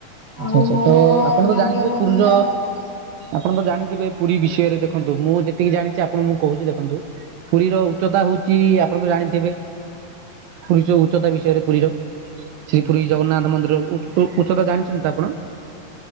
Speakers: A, on the left (about 30°); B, on the right (about 75°).
A: ଆଉ
B: ଆଚ୍ଛା ଆଚ୍ଛା,
A: ମୋର
B: ତ ଆପଣ
A: ଭାଗ୍ୟ
B: ତ ଜାଣିଥିବେ
A: ନଥିଲା।
B: ପୁରୀର ଆପଣ ତ ଜାଣିଥିବେ ପୁରୀ ବିଷୟରେ ଦେଖନ୍ତୁ, ମୁଁ ଯେତିକି ଜାଣିଛି ଆପଣଙ୍କୁ ମୁଁ କହୁଛି ଦେଖନ୍ତୁ ପୁରୀର ଉଚ୍ଚତା ହଉଛି, ଆପଣ ତ ଜାଣିଥିବେ ପୁରୀ ଉଚ୍ଚତା ବିଷୟରେ ପୁରୀର ସେଇ ପୁରୀ ଜଗନ୍ନାଥ ମନ୍ଦିରର ଉ-ଉ-ଉଚ୍ଚତା ଜାଣିଛନ୍ତି ତ ଆପଣ?